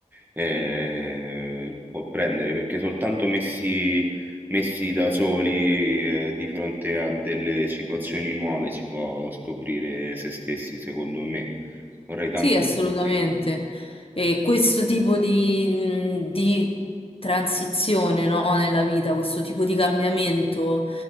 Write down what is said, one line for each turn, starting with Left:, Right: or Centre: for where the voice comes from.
Right: eh, può prendere, perché soltanto messi messi da soli, eh, di fronte a delle situazioni nuove, si può scoprire se stessi, secondo me. Vorrei tanto.
Left: Sì, assolutamente.
Right: scoprire.
Left: E questo tipo di, mh, di transizione, no, nella vita, questo tipo di cambiamento